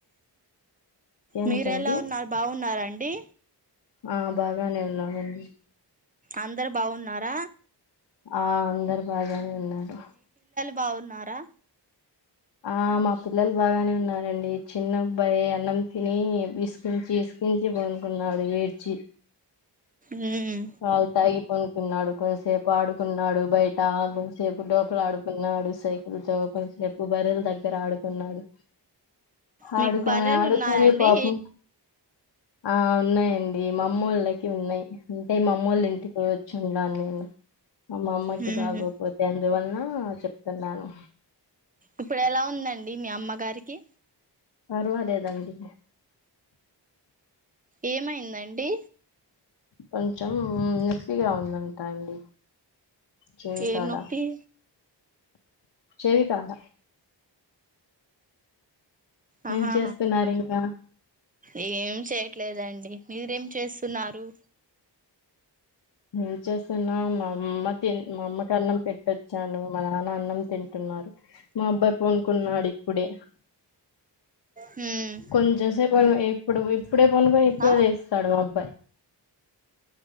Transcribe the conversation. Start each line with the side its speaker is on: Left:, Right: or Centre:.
Left: ఏమిటండి
Right: మీర ఎలా ఉన్నారు. బాగున్నారండి డి
Left: ఆ బాగానే ఉన్నామండి
Right: అందరు బాగున్నారా
Left: ఆ అందరు బాగానే ఉన్నారు
Right: బావున్నారా
Left: ఆ మా పిల్లలు బాగానే ఉన్నారండి. చిన్నబ్బాయి అన్నం తిని విసికించి ఇసికించి, పనుకున్నాడు ఏడ్చి.
Right: మ్మ్
Left: పాలు తాగి పనుకున్నాడు, కొంసేపు ఆడుకున్నాడు, బయట కొంసేపు డోపల ఆడుకున్నాడు. సైకిల్ తో కొంసేపు బర్రెల దగ రు ఆడుకున్నాడు.
Right: మీకు
Left: ఆడుకొని
Right: బర్రెలు
Left: ఆడుకొని
Right: ఉన్నాయండి
Left: పాపం ఆ ఉన్నాయండి మా అమ్మోళ్ళకి ఉన్నయి అంటే మా అమ్మోళ్ళ ఇంటికి వచ్చి ఉండాను నేను మా అమ్మకి
Right: మ్మ్
Left: బాగోపోతే అం దువల్నా చెప్తున్నాను
Right: ఇప్పుడు ఎలా ఉందండి మీ అమ్మగారి కి
Left: పర్వాలేదండి
Right: ఏమైందండి
Left: కొంచెం నొప్పిగా ఉందంటా అండి చెవి
Right: ఏ
Left: కాడా
Right: నొప్పి
Left: చెవి కాడ
Right: ఆహా
Left: ఏం చేస్తున్నారు ఇంకా
Right: ఏం చేయట్లేదండి మీరేం చేస్తున్నారు
Left: హ్మ్ చేస్తున్నా మా అమ్మ తి మా అమ్మకి అన్నం పెట్టొచ్చాను, మా నాన్న అన్నం తింటున్నారు, మా అబ్బాయి పం కున్నాడి ప్పుడే
Right: హ్మ్
Left: కొంచం సే <unintelligible> ఎప్పుడు ఇప్పుడే పనుకొని ఇప్పుడే
Right: ఆ
Left: లేస్తాడు మా అబ్బాయి